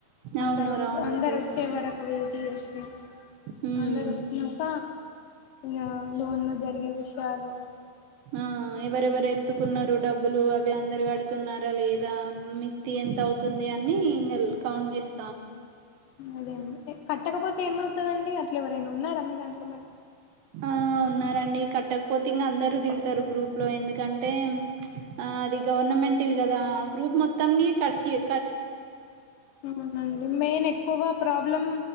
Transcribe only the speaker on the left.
అందరోచ్చే
అందరు
ఒచ్చే వరకు వెయిట్ జేసి
అందరు వచ్చినంక ఇగా లోన్ లో జరిగే విషయాలు
అదే అండి కట్టకపోతే ఏమవుతదండి అట్లా ఎవరైనా ఉన్నారా మీ దాంట్లో మరిీ
అవునండి మెయిన్ ఎక్కువగా ప్రాబ్లం